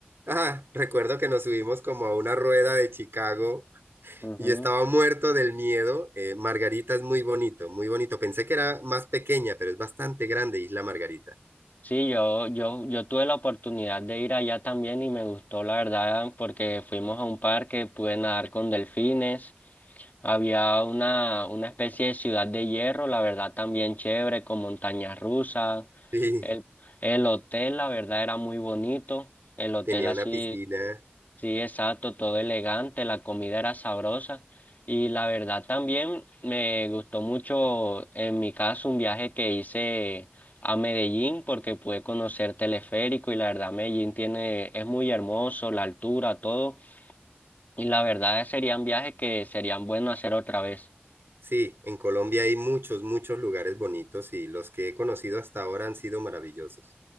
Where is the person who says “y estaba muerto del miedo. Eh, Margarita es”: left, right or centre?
Right